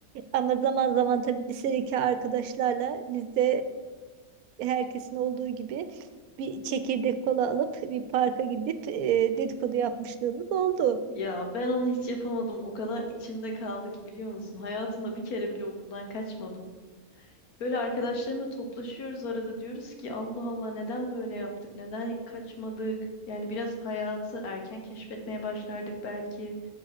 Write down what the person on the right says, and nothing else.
Ama zaman zaman tabii lisedeki arkadaşlarla biz de e, herkesin olduğu gibi bir çekirdek kola alıp bir parka gidip e, dedikodu yapmışlığımız oldu.